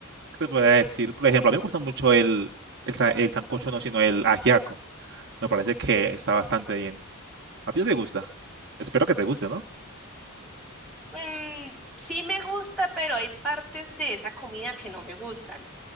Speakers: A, on the right; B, in the centre.
A: te podría decir? Por ejemplo, a mí me gusta mucho el, el, sa- el sancocho, no, sino el ajiaco. Me parece que está bastante bien. ¿A ti te gusta? Espero que te guste, ¿no?
B: Mm, sí me gusta, pero hay partes de esa comida que no me gustan.